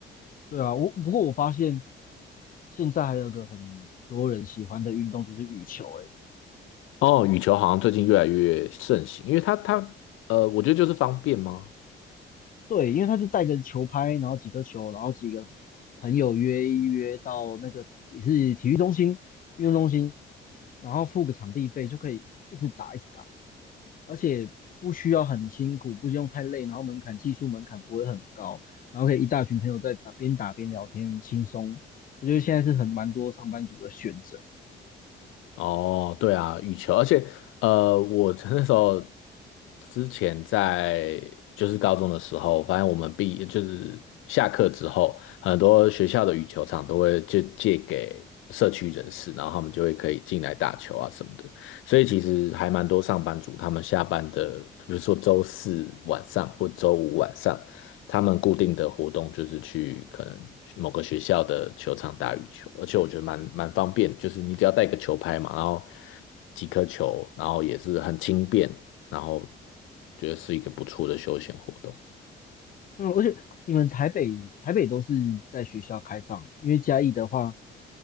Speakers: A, on the left; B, on the left.
A: 对啊，我不过我发现现在还有个很多人喜欢的运动就是羽球、欸，诶，
B: 哦，羽球好像最近越来越盛行，因为它它呃，我觉得就是方便吗？
A: 对，因为他就带个球拍，然后几个球，然后几个朋友约一约到那个也是体育中心、运动中心，然后付个场地费就可以一直打一直打，而且不需要很辛苦，不用太累，然后门槛技术门槛不会很高，然后可以一大群朋友在打边打边聊天，轻松。我觉得现在是很蛮多上班族的选择。
B: 哦，对啊，羽球，而且呃，我 <laughs> 那时候之前在就是高中的时候，发现我们毕就是下课之后，很多学校的羽球场都会就借给社区人士，然后他们就会可以进来打球啊什么的。所以其实还蛮多上班族，他们下班的，比如说周四晚上或周五晚上，他们固定的活动就是去可能某个学校的球场打羽球，而且我觉得蛮蛮方便，就是你只要带个球拍嘛，然后几颗球，然后也是很轻便，然后觉得是一个不错的休闲活动。
A: 嗯，而且你们台北台北都是在学校开放，因为嘉义的话，